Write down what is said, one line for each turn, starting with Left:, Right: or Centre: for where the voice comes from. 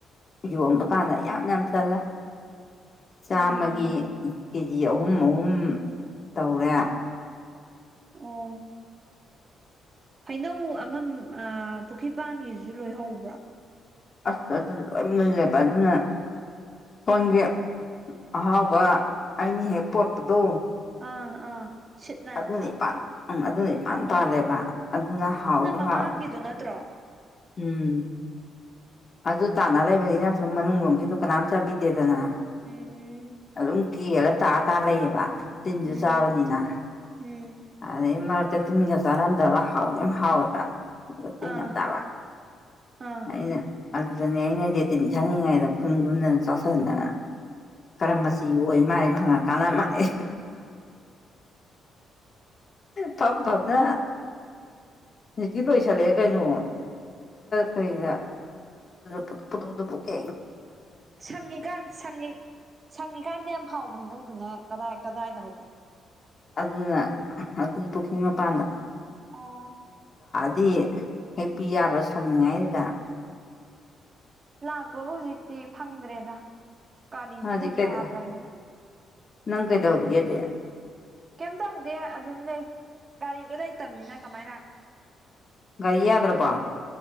Left: ꯌꯣꯟꯕ ꯀꯥꯟꯗ ꯌꯥꯝꯅ ꯐ ꯇꯜꯂꯦ ꯆꯥꯝꯃꯒꯤ
Right: ꯎꯝ
Left: ꯀꯦꯖꯤ ꯑꯍꯨꯝ ꯑꯍꯨꯝ ꯇꯧꯔꯦ
Right: ꯎꯝ ꯍꯩꯅꯧ ꯑꯃꯝ ꯄꯨꯈ꯭ꯔꯤꯄꯥꯟꯒꯤꯁꯨ ꯂꯣꯏꯍꯧꯕ꯭ꯔꯥ
Left: ꯑꯁ ꯃ ꯑꯗꯨꯅ ꯍꯣꯟꯒꯦ ꯑꯍꯥꯎꯕ ꯑꯩꯅ ꯍꯦꯛ ꯄꯣꯔꯛꯄꯗꯣ
Right: ꯑꯥ ꯑꯥ ꯁꯤꯠ ꯅꯥꯟꯕꯗꯣ
Left: ꯑꯗꯨꯅꯦ ꯏꯄꯥꯥꯟ ꯎꯝ ꯑꯗꯨꯅ ꯏꯄꯥꯟ ꯄꯥꯜꯂꯦꯕ ꯑꯗꯨꯅ ꯍꯥꯎꯗꯣ
Right: ꯃꯃꯥꯡꯒꯤꯗꯨ
Left: ꯍꯥꯎꯕ
Right: ꯅꯠꯇ꯭ꯔꯣ
Left: ꯎꯝ ꯑꯗꯨ ꯇꯥꯟꯅ ꯂꯩꯕꯅꯤꯅ ꯁꯨꯝ ꯃꯅꯨꯡꯂꯣꯝꯒꯤꯗꯨ ꯀꯅꯥꯝ ꯆꯥꯕꯤꯗꯦꯗꯅ
Right: ꯎꯝ
Left: ꯑꯗꯨꯝ ꯀꯦꯂ ꯇꯥꯇꯥꯥ ꯂꯩꯌꯦꯕ ꯇꯤꯟꯁꯨ
Right: ꯎꯝ
Left: ꯆꯥꯕꯅꯤꯅ
Right: ꯎꯝ
Left: ꯑꯗꯩ ꯃꯔꯛꯇ ꯇꯤꯟꯒ ꯆꯥꯔꯝꯗꯕ ꯍꯥꯎ ꯌꯥꯝ ꯍꯥꯎꯋꯗ ꯑꯗꯨꯒ ꯇꯤꯟ
Right: ꯑꯥ
Left: ꯌꯥꯝ ꯆꯥꯕ
Right: ꯑꯥ
Left: ꯑꯩꯅ ꯑꯗꯨꯅꯤ ꯑꯩꯅꯗꯤꯇꯤꯟ ꯁꯪꯅꯤꯡꯉꯥꯏꯗ ꯈꯨꯟ ꯈꯨꯟꯗꯅ ꯆꯠꯁꯤꯟꯗꯅ ꯀꯔꯝ ꯃ ꯑꯣꯏ ꯃꯥꯅꯤ ꯐꯅ ꯀꯥꯟꯅ ꯃꯥꯂ ꯐꯞ ꯐꯞꯅ ꯖꯤꯇꯤ ꯀꯣꯏꯁꯜꯂꯛꯑꯦ ꯀꯩꯅꯣ ꯀꯩꯒ ꯄꯨ ꯄꯨꯗꯨ ꯄꯨꯗꯨ ꯄꯨ ꯀꯦ
Right: ꯁꯪꯉꯤꯀꯥꯟꯪꯉ ꯁꯪꯉꯤꯀꯥꯟꯗ ꯌꯥꯝ ꯍꯥꯎꯕ ꯍꯩꯅꯧꯗꯨꯅ ꯀꯗꯥꯏ ꯀꯗꯥꯏꯗ ꯍꯧꯒꯦ
Left: ꯑꯗꯨꯅ ꯑꯗꯨꯗꯤ ꯄꯨꯈ꯭ꯔꯤ ꯃꯄꯥꯟꯗ
Right: ꯑꯣ
Left: ꯗꯤ ꯍꯦꯛꯄꯤ ꯌꯥꯕ ꯁꯪꯉꯤꯉꯥꯏꯗꯨꯗ
Right: ꯂꯥꯛꯄꯒ ꯍꯧꯖꯤꯛꯇꯤ ꯐꯪꯗ꯭ꯔꯦꯗ ꯒꯥꯔꯤꯁꯨꯗ
Left: ꯍꯧꯖꯤꯛ ꯀꯩꯗ
Right: ꯌꯥꯗ꯭ꯔꯕꯅꯤꯅ
Left: ꯅꯪ ꯀꯩꯗꯧꯔꯒꯦꯗꯦ
Right: ꯀꯩꯝ ꯇꯧꯗꯦ ꯑꯗꯨꯝ ꯂꯩ ꯒꯥꯔꯤꯗꯣ ꯂꯩꯇꯕꯅꯤꯅ ꯀꯃꯥꯏꯅ ꯂꯥꯛꯅꯤ
Left: ꯀꯔꯤꯌꯥꯗ꯭ꯔꯄꯥ